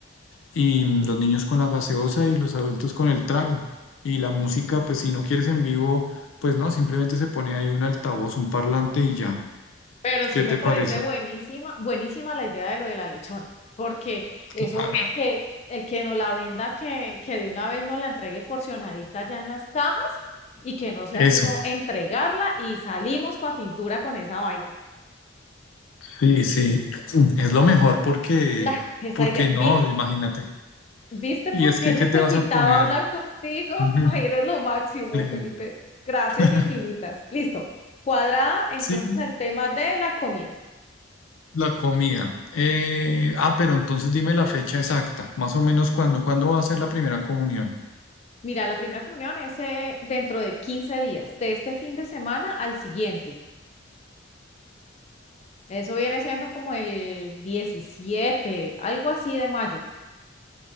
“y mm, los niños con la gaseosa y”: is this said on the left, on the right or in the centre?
Left